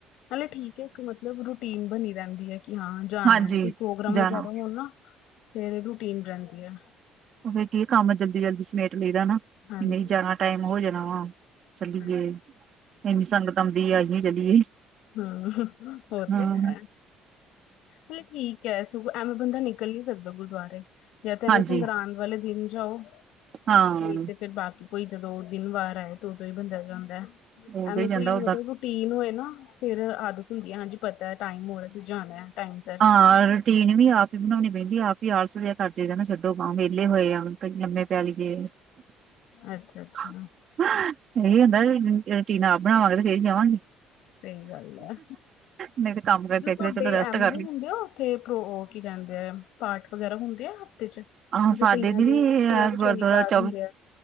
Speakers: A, on the left (about 75°); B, on the right (about 45°).
A: ਨਾਲੇੇ ਠੀਕ ਏ, ਇੱਕ ਮਤਲਬ ਰੂਟੀਨ ਬਣੀ ਰਹਿੰਦੀ ਹੈ ਕਿ ਹਾਂ ਜਾਨੈ,
B: ਹਾਂਜੀ
A: ਕੋਈ ਪ੍ਰੋਗਰਾਮ
B: ਜਾਣਾ
A: ਵਗੈਰਾ ਹੋਣ ਨਾ ਫੇਰ ਰੂਟੀਨ ਰਹਿੰਦੀ ਐ।
B: ਉਹ ਫਿਰ ਕੀ ਕੰਮ ਜਲਦੀ-ਜਲਦੀ ਸਮੇਟ ਲਈਦਾ ਨਾ,
A: ਹਾਂਜੀ
B: ਨਹੀ ਜਾਦਾ ਟਾਈਮ ਹੋ ਜਾਣਾ ਵਾ। ਚੱਲੀਏ,
A: ਹਾਂਜੀ
B: ਇੰਨੀ ਸੰਗਤ ਆਉਂਦੀ ਆ, ਅਹੀ ਵੀ ਚੱਲੀਏ।
A: ਹੂੰ, ਉਹ
B: ਹਾਂ।
A: ਤੇ ਹੈ, ਨਹੀ ਠੀਕ ਐ। ਐਵੇਂ ਬੰਦਾ ਨਿਕਲ ਨੀ ਸਕਦਾ ਗੁਰਦੁਆਰੇ, ਯਾ ਤਾਂ ਐਵੇਂ
B: ਹਾਂਜੀ
A: ਸੰਗਰਾਂਦ ਵਾਲੇ ਦਿਨ ਜਾਓ।
B: ਹਾਂ
A: ਨਹੀਂ ਤੇ ਫੇਰ ਬਾਕੀ ਕੋਈ ਜਦੋਂ, ਦਿਨ ਵਾਰ ਆਏ ਦੋ-ਦੋ ਈ ਬੰਦਾ ਜਾਂਂਦੈ,
B: ਉਦੋਂ
A: ਐਂਵੇ
B: ਹੀ ਜਾਂਦਾ
A: ਕੋਈ,
B: ਓਦਾਂ
A: ਮਤਲਬ ਰੂਟੀਨ ਹੋਏ ਨਾ ਫੇਰ ਆਦਤ ਹੁੰਦੀ ਐ ਹਾਂਜੀ ਪਤਾ ਟਾਈਮ ਹੋਰ ਅਸੀਂ ਜਾਣੈ ਟਾਈਮ ਸਿਰ‌
B: ਹਾਂ ਰੂਟੀਨ ਵੀ ਆਪ ਈ ਬਣਾਉਣੀ ਪੈਂਦੀ ਆ, ਆਪ ਈ ਆਲਸ ਜਿਹਾ ਕਰ ਜਈਦਾ ਨਾ ਛੱਡੋ ਖਾ ਵਿਹਲੇ ਹੋਏ ਆ। ਕਈ ਲੰਮੇ ਪੈ ਲੀਏ, <unintelligible>
A: ਅੱਛਾ ਅੱਛਾ
B: ਹੁੰਦਾ ਜ ਟੀਨ ਆਪ ਬਣਾਵਾਂਗੇ ਤੇ ਫੇਰ ਹੀ ਜਾਵਾਂਗੇ।
A: ਸਹੀ ਗੱਲ ਹੈ
B: ਨਹੀਂ ਤੇ ਕੰਮ ਕਰਕੇ
A: ਤੁਹਾਡੇ
B: ਕਿਤੇ ਚਲੋ ਰੈਸਟ
A: ਐਮ
B: ਕਰ
A: ਵੀ
B: ਲਈ
A: ਹੁੰਦੇ ਆ ਉੱਥੇ ਪ੍ਰੋ ਉਹ ਕੀ ਕਹਿੰਦੇ ਆ ਪਾਠ ਵਗੈਰਾ ਹੁੰਦੇ ਆ ਹਫ਼ਤੇ 'ਚ ਜਿਸ
B: ਆਹੋ, ਸਾਡੇ
A: ਕਈਆਂ
B: ਦੀ
A: ਦੇ
B: ਵੀ
A: ਕਈਆਂ ਦੇ
B: ਗੁਰਦੁਆਰਾ
A: ਸ਼ਨੀਵਾਰ
B: ਚ
A: ਹੁੰਦੇ ਆ